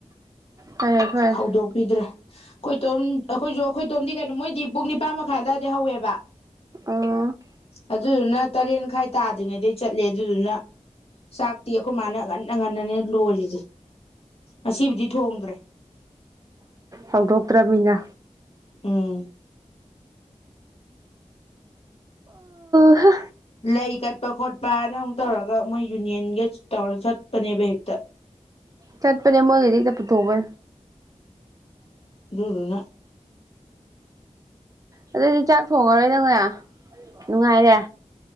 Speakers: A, on the right; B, on the left.
A: ꯐꯔꯦ ꯐꯔꯦ
B: ꯍꯧꯗꯣꯛꯄꯤꯗ꯭ꯔꯦ ꯑꯩꯈꯣꯏ ꯇꯧ ꯑꯩꯈꯣꯏꯁꯨ ꯑꯩꯈꯣꯏ ꯑꯗꯣꯝꯗꯤ ꯀꯩꯅꯣ ꯃꯣꯏꯗꯤ ꯄꯨꯡ ꯅꯤꯄꯥꯟ ꯃꯈꯥꯗꯗꯤ ꯍꯧꯋꯦꯕ
A: ꯑꯣ
B: ꯑꯗꯨ ꯅ ꯇꯔꯦꯟ ꯃꯈꯥꯏ ꯇꯥꯗ꯭ꯔꯤꯉꯩꯗꯩ ꯆꯠꯂꯦ ꯑꯗꯨꯗꯨꯅ ꯆꯥꯛꯇꯤ ꯑꯩꯈꯣꯏ ꯃꯥꯅ ꯉꯟꯅ ꯉꯟꯅꯅꯦ ꯂꯣꯏꯔꯤꯁꯦ ꯉꯁꯤꯕꯨꯗꯤ ꯊꯣꯡꯗ꯭ꯔꯦ
A: ꯍꯧꯗꯣꯛꯇ꯭ꯔꯃꯤꯅ
B: ꯎꯝ
A: ꯑꯍ
B: ꯂꯩ ꯀꯠꯄ ꯈꯣꯠꯄꯅ ꯑꯃꯨꯛ ꯇꯧꯔꯒ ꯃꯣꯏ ꯌꯨꯅꯤꯌꯟꯒ ꯇꯧꯔ ꯆꯠꯄꯅꯦꯕ ꯍꯦꯛꯇ
A: ꯇꯠꯄꯅꯦ ꯃꯒꯗꯤꯇ ꯄꯨꯊꯣꯕ
B: ꯍ ꯉ
A: ꯑꯗꯨꯗꯤ ꯆꯥꯛ ꯊꯣꯡꯉꯔꯣꯏ ꯅꯪꯅꯦ ꯅꯨꯡꯉꯥꯏꯔꯦ